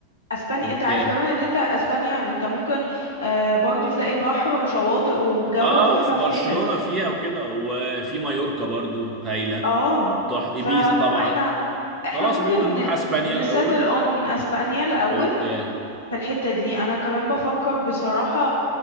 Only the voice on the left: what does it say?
اسبانيا
انت عارف كمان ان انت اسبانيا انت ممكن آه برضو تلاقي بحر وشواطئ والجو
تحفة
في حتت
اه
فاحنا
احنا
ممكن
ن-
نساتل
اون اسبانيا الاول
في الحتة دي انا كمان بفكر بصراحة